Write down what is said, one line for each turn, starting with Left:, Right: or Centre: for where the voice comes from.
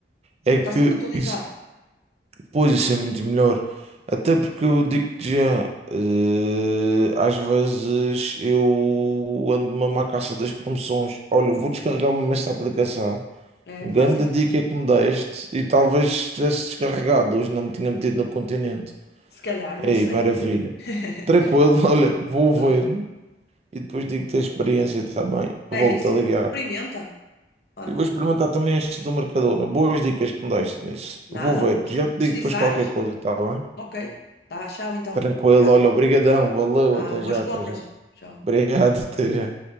Right: É
Left: Está
Right: que
Left: sempre atualizado.
Right: isso, pois isso é muito melhor. Até porque eu digo-te já, eh, às vezes eu ando mesmo à caça das promoções. Olha, vou descarregar-me
Left: Pois.
Right: esta aplicação.
Left: É,
Right: Grande
Left: faz isso.
Right: dica que me deste e talvez tivesse descarregado, hoje não me tinha metido no continente.
Left: Se calhar, não
Right: Ei,
Left: sei.
Right: maravilha.
Left: <laughs>
Right: Tranquilo, <laughs> olha, vou ver
Left: Olha,
Right: e depois digo-te a experiência, está bem? Volto
Left: É isso.
Right: a ligar.
Left: Experimenta. Olha,
Right: e vou experimentar também este do Mercadona. Boas dicas que me deste nisso.
Left: nada.
Right: Vou ver.
Left: Sempre
Right: Já te
Left: que precisares.
Right: digo depois qualquer coisa, tá bem?
Left: Ok. Tá, tchau então.
Right: Tranquilo.
Left: Obrigada.
Right: Olha, obrigadão. Valeu.
Left: Ah,
Right: Até
Left: boas
Right: já, até
Left: compras.
Right: já.
Left: Tchau.
Right: Obrigado, até já.